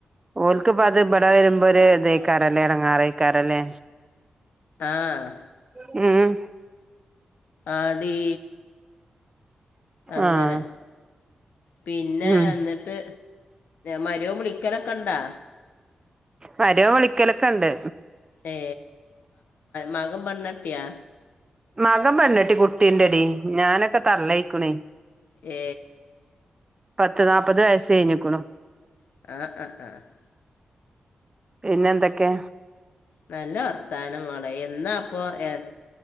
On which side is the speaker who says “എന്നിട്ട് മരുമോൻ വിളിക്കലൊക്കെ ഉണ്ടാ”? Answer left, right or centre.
Left